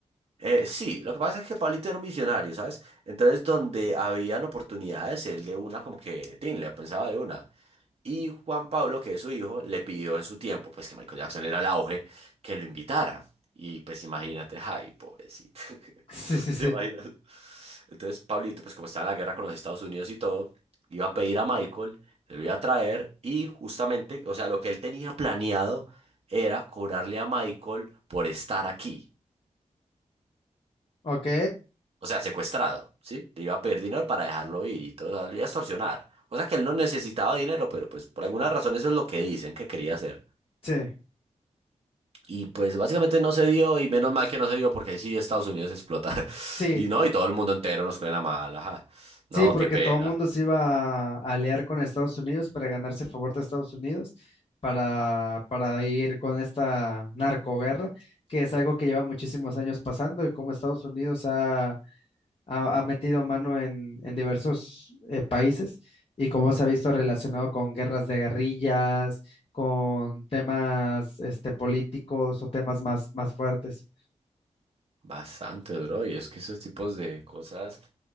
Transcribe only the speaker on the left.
<laughs> Sí, sí, sí.
Ok.
Sí,
sí.
Sí,
porque
todo el mundo se iba a aliar con Estados Unidos para ganarse el favor de Estados Unidos, para, para ir con esta narcoguerra, que es algo que lleva muchísimos años pasando y como Estados Unidos ha, ha- ha metido mano en, en diversos eh, países y cómo se ha visto relacionado con guerras de guerrillas, con temas este, políticos o temas más, más fuertes.